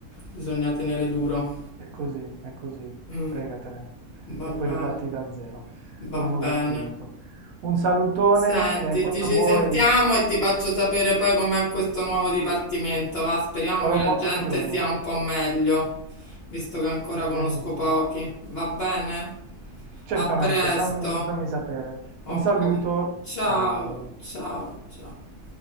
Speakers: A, on the left (about 55°); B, on the right (about 70°).
A: Bisogna tenere duro.
B: è così, è così,
A: Mm,
B: fregatene.
A: va
B: E
A: bene,
B: poi riparti da zero, con
A: va
B: un
A: bene.
B: nuovo spirito. Un salutone
A: Senti,
B: e quando
A: ti ci
B: vuoi,
A: sentiamo e ti faccio sapere poi com'è questo nuovo dipartimento, va? Speriamo
B: sarò
A: che la
B: molto
A: gente
B: curioso.
A: sia un po' meglio, visto che ancora
B: Va
A: conosco
B: benissimo.
A: pochi. Va bene?
B: Certamente,
A: A presto.
B: fammi, fammi sapere.
A: Ok.
B: Un saluto,
A: Ciao,
B: ciao.
A: ciao, ciao.